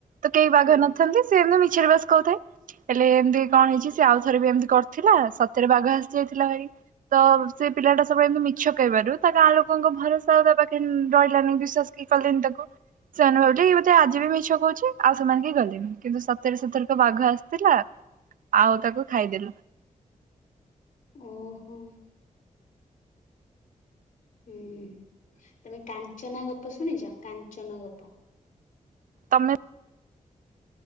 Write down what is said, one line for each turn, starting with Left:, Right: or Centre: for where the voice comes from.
Right: ତ କେହି ବାଘ
Left: ହୁଁ
Right: ନଥାନ୍ତି ସେମତି ମିଛରେ ବାସ୍ କହୁଥାଏ ହେଲେ ଏମିତି କଣ ହେଇଚି ସେ ଆଉ ଥରେ ବି ଏମିତି କରିଥିଲା ସତରେ ବାଘ ଆସି ଯାଇଥିଲା ଭାଇ ତ ସେ ପିଲାଟା ସବୁବେଳେ ଏମିତି ମିଛ କହିବାରୁ ତାକୁ ଗାଁଲୋକଙ୍କ ଭରସା ଦେବା ତା ପାଖେ ରହିଲାନି ବିଶ୍ୱାସ କି କଲେନି ତାକୁ ସେମାନେ ଭାବିଲେ ବୋଧେ ଆଜି ବି ମିଛ କହୁଚି ଆଉ ସେମାନେ କେହି ଗଲେନି କିନ୍ତୁ ସତରେ ସତରେ କ ବାଘ ଆସିଥିଲା। ଆଉ ତାକୁ ଖାଇଦେଲେ।
Left: ଓ ହୋ। ହୁଁ, ତମେ କାଞ୍ଚନା ଗପ ଶୁଣିଚ କାଞ୍ଚନ ଗପ?
Right: ତମେ